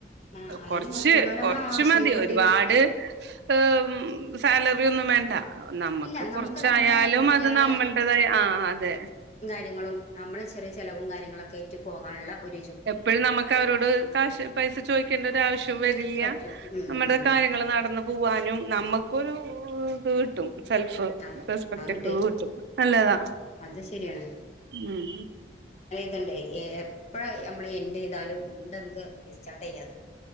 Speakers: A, on the left; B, on the right.
A: ആ അല്ലെങ്കിൽ
B: കൊറച്ച്
A: മറ്റുള്ളവരെ നമ്മളെ
B: കൊറച്ച്
A: ആശ്രയിക്കേണ്ടി
B: മതി ഒരുപാട്
A: വരും
B: ആഉം സാലറി ഒന്നും വേണ്ട. നമ്മക്ക്
A: ഇല്ല നമുക്ക്
B: കുറച്ചായാലും
A: നമ്മളെ കുട്ടികളെ
B: മത് ഇത് നമ്മളടേതായ, ആ അതെ.
A: നിങ്ങളും അമ്മള് ചെറിയ ചിലവും കാര്യങ്ങളൊക്കെ വിറ്റു പോകാനുള്ള ഒര്
B: എപ്പൊഴും നമക്ക് അവരോട് കാശ് പൈസ ചോദിക്കേണ്ടൊരാവശ്യവും വരില്യ
A: പറ്റും ഉം
B: നമ്മടെ
A: ഉം ഉം
B: കാര്യങ്ങള് നടന്ന് പോവാനും നമ്മ ക്കൊരു ഇത്ട്ടും സെൽഫ്
A: ആ
B: റെസ്പെക്റ്റൊക്കെ
A: അത് കിട്ടേ
B: കിട്ടും നല്ലതാ
A: അത് ശരിയാണ്
B: ഉം.
A: ത്ണ്ട് എപ്പഴ നമ്മള് എൻഡ്യ്താലും വീണ്ട്മുക്ക് റീസ്റ്റാർട്ട് യ്യാത്.